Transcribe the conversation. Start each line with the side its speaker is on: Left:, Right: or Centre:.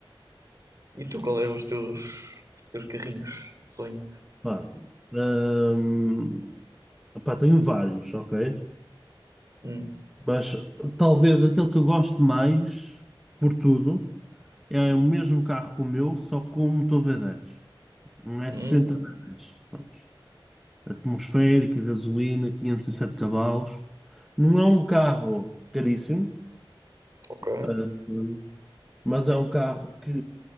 Right: e tu, qual é os teus, os teus carrinhos? Sonho.
Centre: Pá, hum, pá, tenho vários, ok?
Right: Hum,
Centre: Mas talvez aquele que eu gosto mais, por tudo, é o mesmo carro que o meu, só com um motor v dez, Um S60
Right: hum,
Centre: v dez, Prontos. Atmosférica, gasolina, 507 cavalos. Não é um carro caríssimo,
Right: ok.
Centre: ah, hum, mas é um carro que